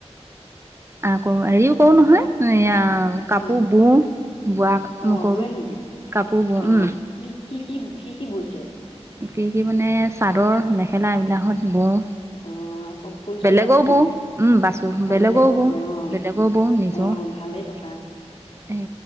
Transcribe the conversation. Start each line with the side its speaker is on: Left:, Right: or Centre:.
Right: আ কৰ হেৰিও কৰো নহয় এয়া কাপোৰ
Left: অঁ
Right: বওঁ বোৱা
Left: অঁ
Right: ম কৰো
Left: বোৱে নেকি
Right: কাপোৰ বওঁ
Left: অঁ কি কি কি কি কি বুইছে
Right: কি কি মানে চাদৰ মেখেলা এইবিলাকত বওঁ
Left: অঁ আকৌ ফুল
Right: বেলেগও
Left: চুল বাচেনে
Right: বওঁ উম বাচো
Left: অঁ
Right: বেলেগও
Left: বেলেগো
Right: বওঁ
Left: বোৱে অঁ
Right: বেলেগো বওঁ নিজৰ
Left: অঁ ভালেই কথা
Right: এই